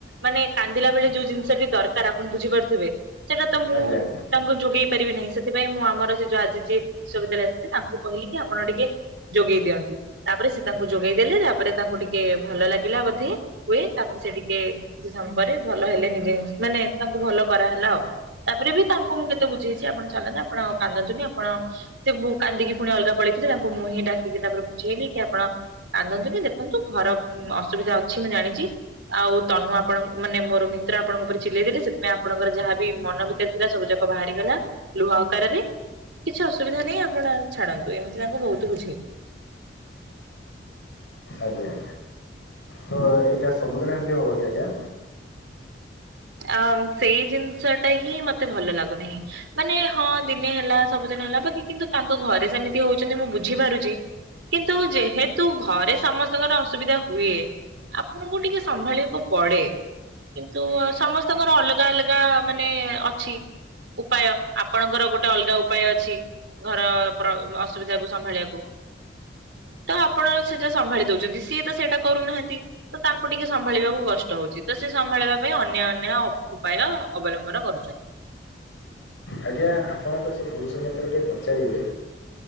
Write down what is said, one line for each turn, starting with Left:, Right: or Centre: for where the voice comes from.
Right: ମାନେ କାନ୍ଦିଲା ବେଳେ ଯୋଉ ଜିନିଷଟି ଦରକାର ଆପଣ ବୁଝିପାରୁଥିବେ। ସେଇଟା ତ ମୁଁ
Left: ଆଜ୍ଞା ଆଜ୍ଞା
Right: ତାଙ୍କୁ ଯୋଗେଇ ପାରିବି ନାହିଁ। ସେଥିପାଇଁ ମୁଁ ଆମର ସେ ଯୋଉ ଆଜି ଯିଏ ବିଶ୍ୱବିଦ୍ୟାଳୟ ଆସିଥିଲେ ତାଙ୍କୁ କହିଲି କି ଆପଣ ଟିକେ ଯୋଗେଇ ଦିଅନ୍ତୁ ତା ପରେ ସେ ତାଙ୍କୁ ଯୋଗେଇ ଦେଲେ ତାପରେ ତାଙ୍କୁ ଟିକେ ଭଲ ଲାଗିଲା ବୋଧେ? ହୁଏ ତାପରେ ସେ ଟିକେ କିଛି ସମୟ ପରେ ଭଲ ହେଲେ ନିଜେ ନିଜ ମାନେ ତାଙ୍କୁ ଭଲ କରାହେଲା ଆଉ। ତା ପରେ ବି ତାଙ୍କୁ ମୁଁ କେତେ ବୁଝେଇଛି ଆପଣ ଚାଲନ୍ତୁ ଆପଣ ଆଉ କାନ୍ଦନ୍ତୁନି। ଆପଣ ସେ ବୁ କାନ୍ଦିକି ପୁଣି ଅଲଗା ପଳେଇଥିଲେ ତାଙ୍କୁ ମୁଁ ହିଁ ଡାକିକି ତା ପରେ ବୁଝେଇଲି। କି ଆପଣ କାନ୍ଦନ୍ତୁନି ଦେଖନ୍ତୁ ଘର ଅସୁବିଧା ଅଛି ମୁଁ ଜାଣିଚି। ଆଉ ତନୁ ଆପଣଙ୍କ ମାନେ ମୋର ମିତ୍ର ଆପଣଙ୍କ ଉପରେ ଚିଲେଇ ଦେଲେ। ସେଥିପାଇଁ ଆପଣଙ୍କର ଯାହା ବିି ମନ ଭିତରେ ଥିଲା ସବୁ ଯାକ ବାହାରିଗଲା ଲୁହା ଆକାରରେ। କିଛି ଅସୁବିଧା ନାହିଁ ଆପଣ ଛାଡନ୍ତୁ। ଏମତି ତାଙ୍କୁ ବହୁତ ବୁଝେଇଲି।
Left: ଆଜ୍ଞା ତ ଏଇଟା ସବୁଦିନ ଏମିତି ହବ କି ଆଜ୍ଞା?
Right: ଆଁ ସେଇ ଜିନିଷ ଟା ହିଁ ମତେ ଭଲ ଲାଗୁନାହିଁ। ମାନେ ହଁ ଦିନେ ହେଲା ସବୁଦିନ ହେଲା ବାକି କିନ୍ତୁ ତାଙ୍କ ଘରେ ସେମିତି ହଉଚନ୍ତି ମୁଁ ବୁଝିପାରୁଚି। କିନ୍ତୁ ଯେହେତୁ ଘରେ ସମସ୍ତଙ୍କର ଅସୁବିଧା ହୁଏ। ଆପଣଙ୍କୁ ଟିକେ ସମ୍ଭାଳିବାକୁ ପଡେ। କିନ୍ତୁ ଅ ସମସ୍ତଙ୍କର ଅଲଗା ଅଲଗା ମାନେ ଅଛି। ଉପାୟ ଆପଣଙ୍କର ଗୋଟେ ଅଲଗା ଉପାୟ ଅଛି। ଘର ପ୍ର ଅସୁବିଧା କୁ ସମ୍ଭାଳିବାକୁ। ତ ଆପଣ ସେଟା ସମ୍ଭାଳି ଦଉଛନ୍ତି ସିଏ ତ ସେଇଟା କରୁନାହାନ୍ତି। ତ ତାଙ୍କୁ ଟିକେ ସମ୍ଭାଳିବାକୁ କଷ୍ଟ ହଉଛି ତ ସେ ସମ୍ଭାଳିବା ପାଇଁ ଅନ୍ୟ ଅନ୍ୟ ଉପାୟ ଅବଲମ୍ବନ କରୁଛନ୍ତି।
Left: ଆଜ୍ଞା ଆପଣଙ୍କ ସେ ପୁରୁଷ ମିତ୍ର କୁ ଟି ପଚାରିବେ।